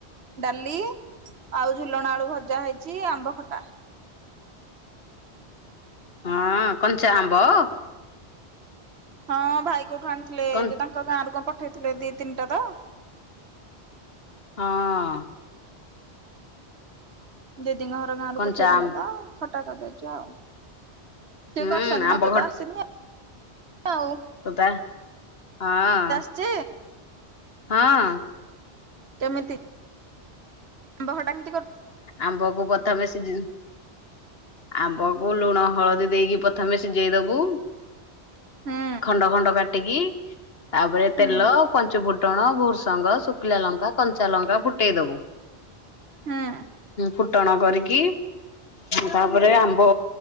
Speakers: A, on the right (about 70°); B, on the left (about 65°).
A: ଡାଲି ଆଉ ଝୁଲଣା ଆଳୁ ଭଜା ହେଇଛି ଆମ୍ବ ଖଟା।
B: ହଁ କଞ୍ଚା ଆମ୍ବ।
A: ହଁ ଭାଇ କୋଉଠୁ ଆଣିଥିଲେ
B: କନ୍
A: ଯୋଉ ତାଙ୍କ ଗାଁରୁ କଣ ପଠେଇଥିଲେ ଦି ତିନିଟା ତ।
B: ହଁ।
A: ଦିଦିଙ୍କ ଘର ଗାଁରୁ
B: କଞ୍ଚା
A: ପଠେଇଥିଲା
B: ଆମ୍ବ
A: ତ ଖଟା କରିଦେଇଛୁ ଆଉ। ସିଏ
B: ହୁଁ
A: କରସଛନ୍ତି
B: ଆମ୍ବ
A: ମତେ ତ ଆସନି ଆଉ।
B: ତତେ ଆ ହଁ।
A: ଯେ
B: ହଁ।
A: କେମିତିବହ ଟା କେମିତି କର।
B: ଆମ୍ବ କୁ ପ୍ରଥମେ ସିଯେ ଆମ୍ବକୁ ଲୁଣ ହଳଦୀ ଦେଇକି ପ୍ରଥମେ ସିଝେଇ ଦବୁ।
A: ହୁଁ
B: ଖଣ୍ଡ ଖଣ୍ଡ କାଟିକି ତାପରେ ତେଲ
A: ହୁଁ
B: ପଞ୍ଚୁ ଫୁଟଣ ଭୁର୍ସଙ୍ଗ ଶୁଖିଲା ଲଙ୍କା କଞ୍ଚା ଲଙ୍କା ଫୁଟେଇ ଦବୁ।
A: ହୁଁ
B: ଫୁଟଣ କରିକି ତାପରେ ଆମ୍ବ